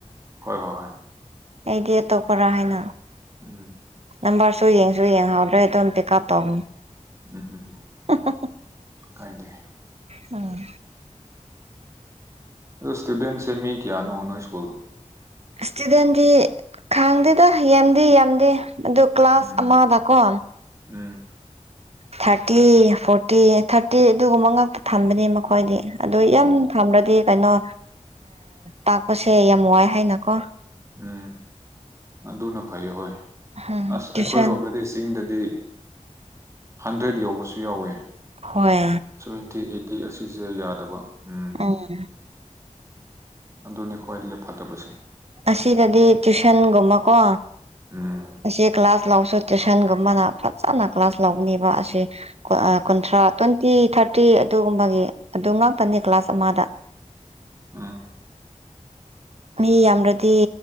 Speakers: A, on the right; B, on the right.
A: ꯍꯣꯏ ꯍꯣꯏ ꯍꯣꯏ
B: ꯑꯩꯗꯤ ꯑꯇꯣꯞꯄ꯭ꯔꯥ ꯍꯥꯏꯅ
A: ꯎꯝ
B: ꯅꯝꯕꯔꯁꯨ ꯌꯦꯡꯁꯨ ꯌꯦꯡꯍꯧꯗ꯭ꯔꯦ ꯑꯗꯨꯝ ꯄꯤꯛ ꯑꯞ ꯇꯧꯕꯅꯤ
A: ꯎꯝ ꯎꯝ
B: <unintelligible>
A: ꯀꯥꯏꯗꯦ
B: ꯎꯝ
A: ꯑꯗꯨ ꯏꯁꯇꯨꯗꯦꯟꯁꯦ ꯃꯤ ꯀꯌꯥꯅ‌ꯣ ꯅꯣꯏ ꯁ꯭ꯀꯨꯜ
B: ꯏꯁꯇꯨꯗꯦꯟꯗꯤ ꯈꯪꯗꯦꯗ ꯌꯥꯝꯗꯤ ꯌꯥꯝꯗꯦ ꯑꯗꯨ ꯀ꯭ꯂꯥꯁ
A: ꯎꯝ
B: ꯑꯃꯗꯀꯣ
A: ꯎꯝ
B: ꯊꯥꯔꯇꯤ ꯐꯣꯔꯇꯤ ꯊꯥꯔꯇꯤ ꯑꯗꯨꯒꯨꯝꯕ ꯉꯥꯛꯇ ꯊꯝꯕꯅꯦ ꯃꯈꯣꯏꯗꯤ ꯑꯗꯨ ꯌꯥꯝ
A: ꯑꯣ
B: ꯊꯝꯔꯗꯤ ꯀꯩꯅꯣ ꯇꯥꯛꯄꯁꯦ ꯌꯥꯝ ꯋꯥꯏ ꯍꯥꯏꯅꯀꯣ
A: ꯎꯝ ꯑꯗꯨꯅ ꯐꯩ ꯍꯣꯏ
B: ꯎꯝ
A: ꯑꯁ
B: ꯇ꯭ꯋꯨꯁꯟ
A: ꯑꯩꯈꯣꯏꯔꯣꯝꯗꯗꯤ ꯆꯤꯡꯗ ꯗꯤ ꯍꯟꯗ꯭ꯔꯦꯗ ꯌꯧꯕꯁꯨ ꯌꯥꯎꯋꯦ
B: ꯍꯣꯏ
A: ꯁꯚꯦꯟꯇꯤ ꯑꯩꯠꯇꯤ ꯑꯁꯤꯁꯦ ꯌꯥꯗꯕ ꯎꯝ
B: ꯑꯥ
A: ꯑꯗꯨꯅꯤ ꯈ꯭ꯋꯥꯏꯗꯒꯤ ꯐꯠꯇꯕꯁꯦ
B: ꯑꯁꯤꯗꯗꯤ ꯇꯨꯏꯁꯟꯒꯨꯝꯕꯀꯣ
A: ꯎꯝ
B: ꯑꯁꯤ ꯀ꯭ꯂꯥꯁ ꯂꯧꯁꯨ ꯇꯨꯏꯁꯟꯒꯨꯝꯕꯅ ꯐꯖꯅ ꯀ꯭ꯂꯥꯁ ꯂꯧꯅꯤꯕ ꯑꯁꯤ ꯀꯨꯟꯊ꯭ꯔꯥ ꯇ꯭ꯋꯦꯟꯇꯤ ꯊꯥꯔꯇꯤ ꯑꯗꯨꯒꯨꯝꯕꯒꯤ ꯑꯗꯨ ꯉꯥꯛꯇꯅꯤ ꯀ꯭ꯂꯥꯁ ꯑꯃꯗ
A: ꯎꯝ
B: ꯃꯤ ꯌꯥꯝꯔꯗꯤ